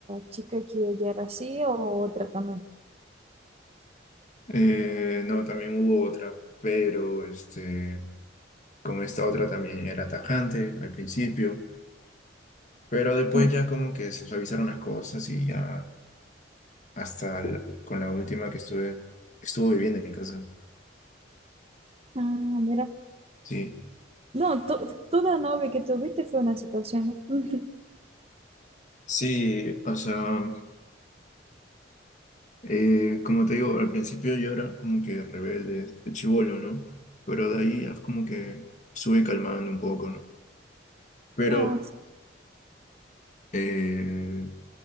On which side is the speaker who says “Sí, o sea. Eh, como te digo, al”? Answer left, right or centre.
Left